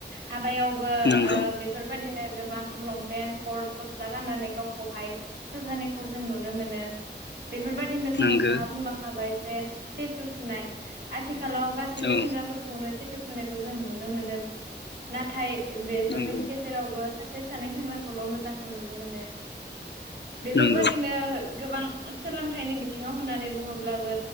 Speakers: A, on the right; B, on the left.
A: हाबायाव बो
B: नंगौ
A: ओ बेफोरबादिनो गोबां लंपेन्ट करथ गस्ला गाननानै गावखौहाय साजानायखौ जों नुनो मोनो। बेफोरबायादिनोथ'
B: नंगौ
A: नोंथाङा बुंलांखाबाय जे तेतू तुनाय आथिख खालाव गासैबो
B: औ
A: सेंग्राफोरखौनो तेतु थुनायखौ जों नुनो मोनो। नाथाय बेफोरनि
B: नंगौ
A: गेजेरावबो सासे सानै सेंग्रा खौल' मोजांखौ नुनो मोनो बेफोरबादिनो
B: नंगौ
A: गोबां सोलोंथाइनि बिथिङाव होननानै बुङोब्लाबो